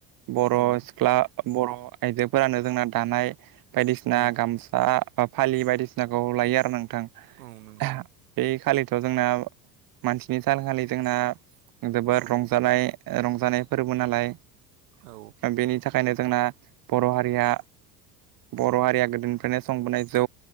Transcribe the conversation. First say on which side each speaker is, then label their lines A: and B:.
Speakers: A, on the right (about 45°); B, on the right (about 70°).
A: बर'
B: औ
A: सिख्ला बर' आइजोफोरानो जोंना दानाय बायदिसिना
B: औ
A: गामसा बा फालि बायदिसिनाखौ लायो आरो नोंथां
B: औ नंगौ
A: ओह बे खालि जोंना मानसिनि सान खालि जोंना जोबोर
B: औ
A: रंजानाय रंजानाय फोरबो नालाय
B: औ
A: बेनि थाखा खायनो जोंना बर' हारिया बर' हारिया गोदोनिफ्रायनो संबोनाय जौ